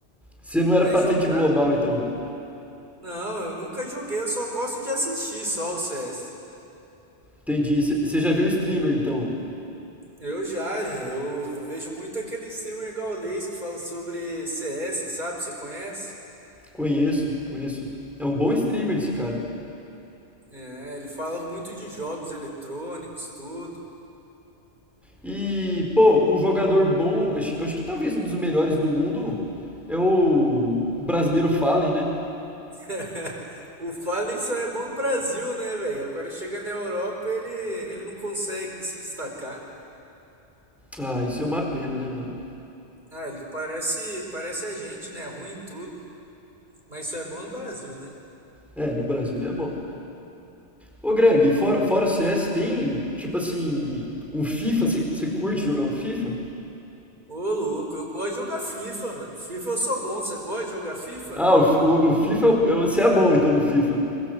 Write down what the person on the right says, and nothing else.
Mas
jogar?
Não, eu nunca joguei, eu só gosto de assistir só o CS.
Eu já, já, eu vejo muito aquele streamer gaulês que fala sobre CS, sabe? Você conhece?
É, ele fala muito de jogos eletrônicos, tudo.
<laughs> O Fallen só é bom no Brasil, né, velho? Agora chega na Europa, ele, ele não consegue se destacar.
Ah, ele parece, parece a gente, né? Ruim em tudo. Mas só é bom no Brasil, né?
Ô, louco, eu gosto de jogar FIFA, mano. FIFA eu sou bom. Você gosta de jogar FIFA?